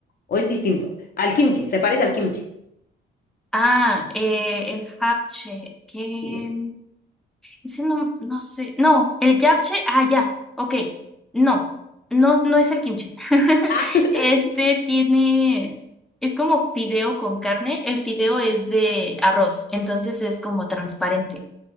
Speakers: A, on the left; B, in the centre.
A: o es distinto al kimchi, se parece al kimchi.
B: Ah, eh, el japche, que
A: Sí.
B: ese no, no sé, no, el japche, ah, ya, ok, no, no, no es el kimchi. <laughs>
A: Ah, <laughs>
B: Este tiene, es como fideo con carne, el fideo es de arroz, entonces es como transparente.